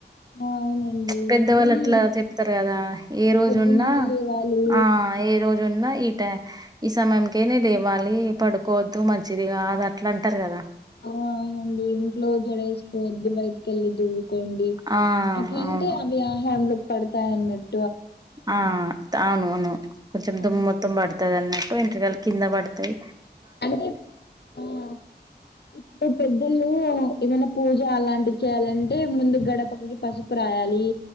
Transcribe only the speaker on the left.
అవునండి
కానీ
పొద్దుననే
లేవాలి
ఆహ్ అవును అండి ఇంట్లో జడ వేసుకోవద్దు బయటికి వెళ్లి దువ్వుకో. ఉండి
అట్లంటే
ఆవి ఆహారంలోకి పడతాయన్నట్.
ఆ!
అంటే ఆహ్ ఇప్పుడు ఈ పెద్దోళ్ళు. ఏమైనా పూజ అలాంటివి చేయాలంటే ముందు గడపకి పసుపు రాయాలి.